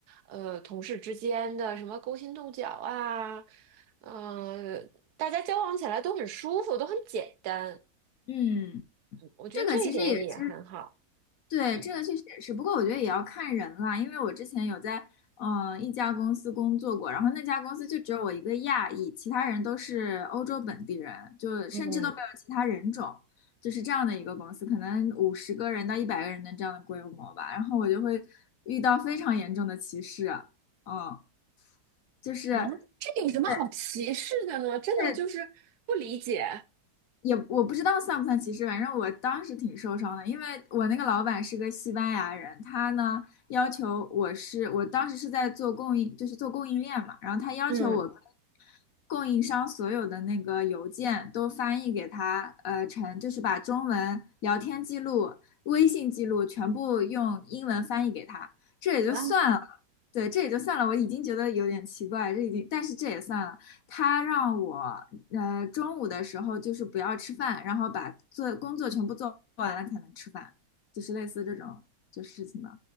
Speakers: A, on the right; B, on the left.
A: 呃同事之间的什么勾心斗角啊，嗯，大家交往起来都很舒服，都很简单，
B: 嗯，
A: 嗯我觉得这一点也很好。
B: 这个其实也是，对，
A: 嗯。
B: 这个确实也是，不过我觉得也要看人啦，因为我之前有在嗯、呃一家公司工作过，然后那家公司就只有我一个亚裔，其他人都是欧洲本地人，就甚至都没有其他人种，
A: 嗯
B: 就是这样的一个公司，可能五十个人到一百个人的这样的规模吧，然后我就会遇到非常严重的歧视啊，嗯。就是。
A: 嗯，这有什么好歧视的呢？
B: 对，
A: 真的就是不理解。
B: 但也我不知道算不算歧视，反正我当时挺受伤的，因为我那个老板是个西班牙人，他呢要求我是，我当时是在做供应，就是做供应链嘛，然后他要求我跟
A: 嗯
B: 供应商所有的那个邮件都翻译给他，呃，成就是把中文聊天记录、微信记录全部用英文翻译给他，这也就算了。
A: 啊，
B: 对，这也就算了，我已经觉得有点奇怪，这已经，但是这也算了。他让我，呃，中午的时候就是不要吃饭，然后把做工作全部做完了才能吃饭，就是类似这种就事情吧。